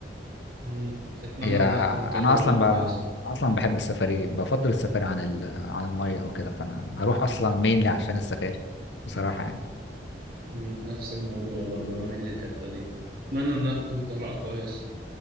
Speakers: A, on the right; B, on the left.
A: امم أتمنى
B: هي
A: إنها تكون تجربة
B: انا اصلا ب...
A: كويسة
B: انا اصلا بحب السفاري بفضل السفاري عن ال... عن الميه او كده فانا هروح اصلا مينلي عشان السفاري بصراحه يعني
A: مم، نفس الموضوع برضو عامل لي الحتة دي اتمنى انها تكون طالعة كويس